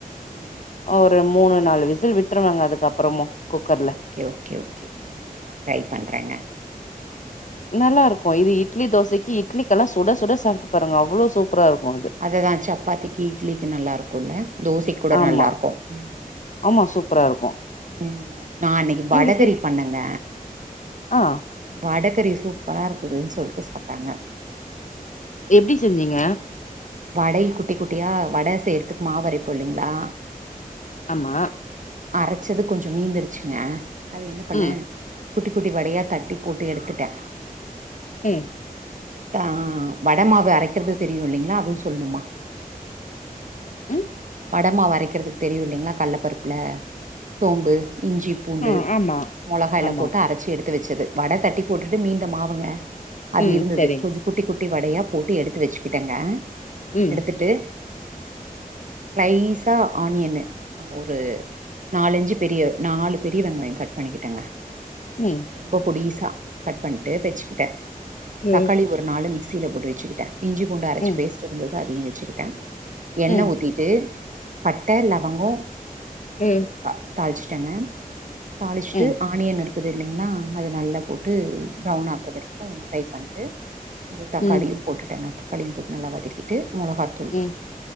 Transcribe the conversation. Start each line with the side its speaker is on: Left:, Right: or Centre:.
Right: ம்
Left: ஒரு மூணு நாலு விசில் விட்டுருவங்க அதுக்கப்புறமு குக்கர்ல
Right: ஓகே ஓகே ஓகே ம் நா ட்ரை பண்றேங்க
Left: நல்லா
Right: ஆமா
Left: இருக்கு இது இட்லி தோசைக்கு இட்லிக்கெல்லா சுட சுட சாப்ட்டு பாருங்க அவ்ளோ சூப்பரா இருக்கு இது
Right: அது தா சப்பாத்திக்கு இட்லிக்கு நல்லா இருக்குல்ல தோசைக்கூட
Left: ஆமா
Right: நல்லா இருக்கு ம்
Left: ஆமா சூப்பரா இருக்கு
Right: ம் நா அன்னைக்கு
Left: நீங்க
Right: வடகறி
Left: சு
Right: பண்னேங்க
Left: ஆ
Right: வடகறி சூப்பரா இருக்குதுன்னு சொல்லிட்டு சாப்ட்டாங்க
Left: எப்டி செஞ்சீங்க
Right: வடை குட்டி குட்டியா வட செய்றதுக்கு மாவரைப்போ இல்லைங்களா
Left: ஆமா
Right: அரைச்சது கொஞ்ச மீந்துர்ச்சுங்க அது என்ன பண்னே
Left: ம்
Right: குட்டி குட்டி வடையா தட்டி போட்டு எடுத்துட்டே
Left: ம்
Right: தா வட மாவு அரைக்குறது தெரியு இல்லைங்களா அதுவு சொல்லணுமா
Left: ம்
Right: வடமாவு அரைக்கிறதுக்கு தெரியு இல்லைங்களா கல்லப்பருப்புலே சோம்பு இஞ்சிப் பூண்டு
Left: ஆ ஆமா
Right: மொளகா எல்லா
Left: ஆமா
Right: போட்டு அரைச்சி எடுத்து வச்சது வடை தட்டி போட்டுட்டு மீந்த மாவுங்க அது
Left: ம்
Right: இருந்தது
Left: சரிங்
Right: கொஞ்ச குட்டி குட்டி வடையா போட்டு எடுத்து வச்சுக்கிட்டேங்க
Left: ம்
Right: எடுத்துட்டு ஷ்லைஸ்ஸா ஆனியன்னு ஒரு நாலஞ்சு பெரிய நாலு பெரிய வெங்காய கட் பண்ணிக்கிட்டேங்க
Left: ம்
Right: ரொம்ப பொடிசா கட் பண்ட்டு வச்சுக்கிட்டே
Left: ம்
Right: தக்காளி ஒரு நாளு மிக்சியில போட்டு வச்சுக்கிட்டே இஞ்சி பூண்டு அரைச்சி
Left: ம்
Right: பேஸ்ட் இருந்து அதையு வச்சுக்கிட்டே எண்ணெ
Left: ம்
Right: ஊத்தி ட்டு பட்ட லவங்கோ
Left: ம்
Right: ஏலக்கா தாளிச்சுட்டேங்க தாளிச்சுட்டு
Left: ம்
Right: ஆனியன் இருக் குது இல்லைங்களா அது நல்லா போட்டு ப்ரவுன் ஆகுற வரைக்கு ஃப்ரை பண்ட்டு இந்த தக்காளியு
Left: ம்
Right: போட்டுட்டேங்க தக்காளியு போட்டு நல்லா வதக்கிட்டு மொளகாதூ
Left: ம்